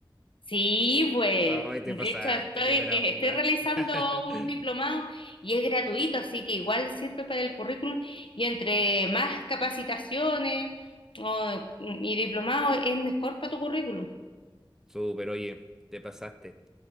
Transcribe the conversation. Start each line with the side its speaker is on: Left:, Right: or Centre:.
Left: Sí, pues,
Centre: Ay, te
Left: de
Centre: pasaste,
Left: hecho estoy,
Centre: qué buena
Left: eh,
Centre: onda.
Left: estoy realizando
Centre: <laughs>
Left: un diplomado y es gratuito, así que igual sirve para el currículum y entre más capacitaciones o- y diplomado es mejor para tu currículum.
Centre: Súper, oye, te pasaste.